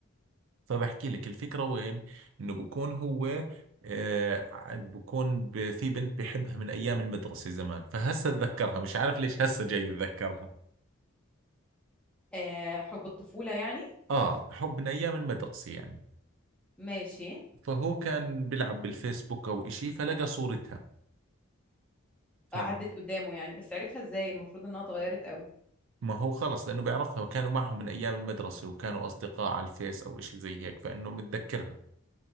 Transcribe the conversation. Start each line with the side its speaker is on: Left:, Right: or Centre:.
Right: فبحكي لك الفكرة وين انه بكون هو آه ع- بكون ب- في بنت بحبها من ايام المدرسة زمان فهسه اتذكرها مش عارف ليش هسه جاي اتذكرها
Centre: آه حب الطفوله يعني
Right: اه حب من ايام المدرسة يعني
Centre: ماشي
Right: فهو كان بيلعب بالفيسبوك او إشي فلقى صورتها فما
Centre: عدت قدامه يعني بس عرفها ازاي المفروض انها اتغيرت قوي
Right: هو خلص لانه بيعرفها كانوا معهم من ايام المدرسة وكانوا اصدقاء على الفيس او إشي زي هيك فانه متذكرها